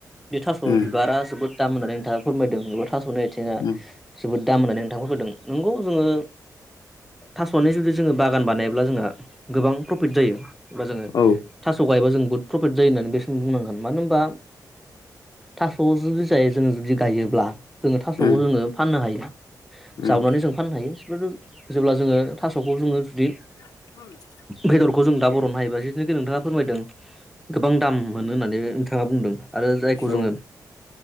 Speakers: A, in the centre; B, on the left (about 60°).
A: बे थास'ल
B: उम
A: बिबारा जोबोद दाम होननानै नोंथाङा फोरमायदों एबा थास'नि आथिंङा
B: उम
A: जोबोद दाम होननानै नोंथांखौ फोरदों। नंगौ जोङो थास'नि जुदि जोङो बागान बानायब्ला जोंहा गोबां प्रफिट जायो अब्ला जोङो
B: औ
A: थास' गायोब्ला जों बहुत प्रफिट जायो होननानै बेसिम बुंनांगोन। मानो होनबा थास' जुदि जायो जोङो जुदि गायोब्ला जोङो थास'खौ
B: उम
A: जोङो फाननो हायो
B: उम
A: जावनानै जों फाननो हायो जेब्ला जोङो थास'खौ जोङो जुदि
B: <inaudible>
A: बेदरखौ जों दा बर'नो हायोबा जिथुखि नोंथाङा फोरमायदों गोबां दाम मोनो होननानै। नोंथाङा बुंदों आरो जायखौ जोङो
B: औ